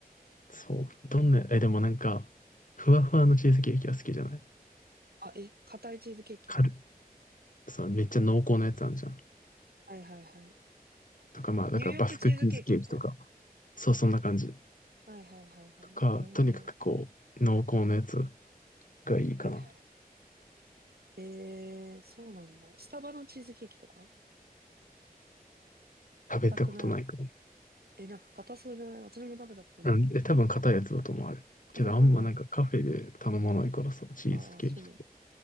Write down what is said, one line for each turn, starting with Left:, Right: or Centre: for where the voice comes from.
Left: そう。どんな、え、でもなんか、ふわふわのチーズケーキは好きじゃない
Right: あ、え、硬いチーズケーキ
Left: カル、さ、めっちゃ濃厚なやつあるじゃん。
Right: はいはいはい。
Left: とか、まあ、だからバスクチーズケーキとか、
Right: ニューヨークチーズケーキみたいな。
Left: そう、そんな感じ。
Right: はいはいはいはい。
Left: とか、
Right: なるほどね。
Left: とにかくこう、濃厚なやつがいいかな。
Right: はいはい。えー、そうなんだ。スタバのチーズケーキとか
Left: 食べたことないか
Right: 硬くないえ、なんか硬そうじゃない私も食べたことないけど。
Left: ら。うん、え、多分硬いやつだと思う、あれ。
Right: 硬そうだよね。
Left: けど、あんまなんかカフェで頼まないからさ、チーズケーキとか。
Right: ああ、そうなんだ。